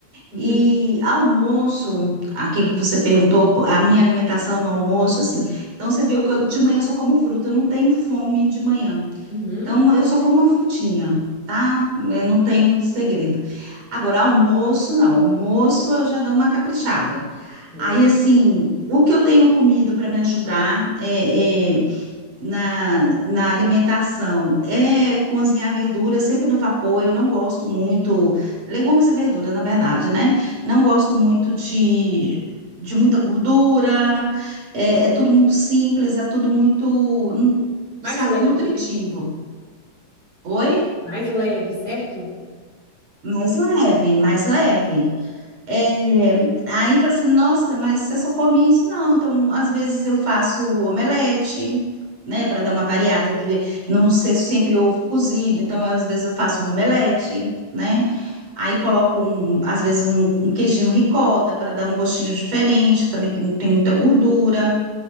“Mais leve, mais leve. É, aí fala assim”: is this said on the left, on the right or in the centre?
Right